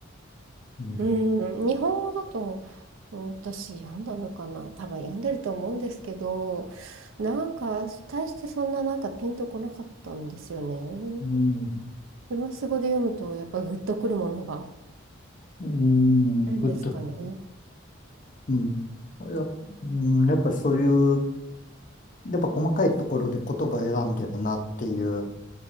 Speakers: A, on the left; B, on the right.
A: うん、
B: うん、日本語だとうん私読んだのかな多分読んでると思うんですけど、なんか大してそんななんかピンとこなかったんですよね。
A: うん、
B: フランス語で読むとやっぱグッとくるものがあ
A: うんぶっと、
B: るんですかね。
A: うん。やっ、うん、やっぱそういう、やっぱ細かいところで言葉選んでるなっていう